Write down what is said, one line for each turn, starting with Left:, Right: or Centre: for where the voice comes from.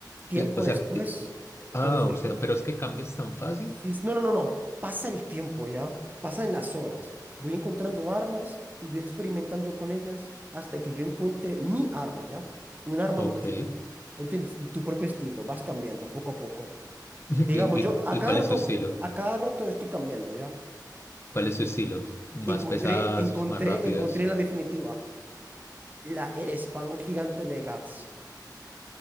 Right: Tiempo
Left: Eh, O sea,
Right: después
Left: eh,
Right: eh,
Left: ah,
Right: conseguí.
Left: o sea, pero es que cambias tan fácil.
Right: Sí, no, no, no, no. Pasa el tiempo ya. Pasan las horas. Voy encontrando armas y voy experimentando con ellas hasta que yo encuentre mi arma ya. Un arma
Left: Ok.
Right: me que. ¿Entiendes? Tu propio estilo. Vas cambiando poco a poco.
Left: <laughs> ¿Y,
Right: Digamos, yo
Left: y,
Right: a
Left: y
Right: cada
Left: cuál
Right: rato,
Left: es tu estilo?
Right: a cada rato estoy cambiando ya.
Left: ¿Cuál es su estilo? ¿Más
Right: Encontré,
Left: pesadas,
Right: encontré,
Left: más rápidas?
Right: encontré la definitiva. La, el espadón gigante de Guts.